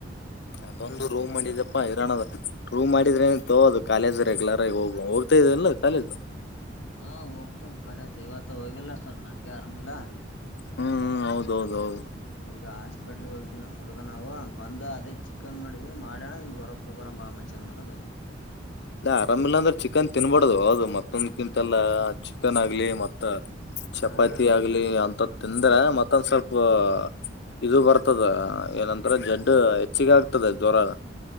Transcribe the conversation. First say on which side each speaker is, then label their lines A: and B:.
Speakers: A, on the left; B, on the left.
A: ಅದೊಂದು ರೂಮ್ ಮಾಡಿದಪ್ಪಾ ಇರೋ ರೂಮ್ ಮಾಡಿದ್ರೆ ತಗೋದು ಕಾಲೇಜ್ ರೆಗ್ಯುಲರ್ ಆಗಿ ಹೋಗ ಹೋಗ್ತಾ ಇದಲ್ಲ ಕಾಲೇಜ್
B: ಹಾ ಹೋಗ್ತೇನೆ ಕಾಲೇಜು ಇವತ್ತು ಹೋಗಿಲ್ಲ ಸ್ವಲ್ಪ ನನ್ಗೆ ಆರಾಮಲ್ಲ
A: ಹ್ಮ್ ಹ ಹೌದೌದ ಹೌದು
B: ಈಗ ಹಾಸ್ಪಿಟ್ಲ್ಗೆ ಹೋಗಿದವಿ ನ ಹುಡ್ಗ ನಾವು ಬಂದು್ ಅದೇ ಚಿಕ್ಕನ್ ಮಾಡಿದ್ವಿ ಮಾಡೋಣ ಹಿಂಗ ಹೊರಕ್ ಒಬ್ಬರಂ ಬಾ ಮುಚ್ಚಿ ಅಂದೆಲ್ಲಾ ಬಂದಿ
A: ಇಲ್ಲ ಆರಾಮಿಲ್ಲ ಅಂದ್ರೆ ಚಿಕನ್ ತಿನ್ಬಾರಡ್ದದು ಹೌದು ಮತ್ತೊಂದ್ಗಿಂತಲ್ಲಾ ಚಿಕನ್ ಆಗ್ಲಿ ಮತ್ತ ಚಪಾತಿ
B: ಹಾ
A: ಆಗ್ಲಿ ಅಂತ ತಿಂದ್ರೆ ಮತ್ತೊಂದ ಸ್ವಲ್ಪ ಸ್ ಇದು ಬರ್ತದ ಏನಂತ್ರ ಜಡ್ಡು ಹೆಚ್ಚಿಗೆ ಆಗ್ತದೆ ಜ್ವರ